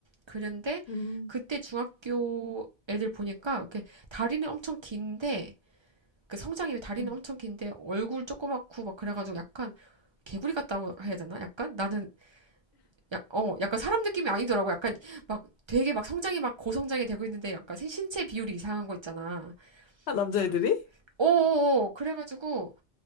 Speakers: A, on the right; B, on the left.
A: 그런데,
B: 음,
A: 그때 중학교 애들 보니까, 이렇게 다리는 엄청 긴데, 그 성장이 다리는
B: 음.
A: 엄청 긴데, 얼굴 조그맣고 막 그래가지고 약간, 개구리 같다고 해야 되나? 약간 나는 약, 어, 약간 사람 느낌이 아니더라고. 약간 막 되게 막 성장이 막 고성장이 되고 있는데 약간 신- 신체 비율이 이상한 거 있잖아.
B: 아, 남자애들이?
A: 그, 어어어 그래가지고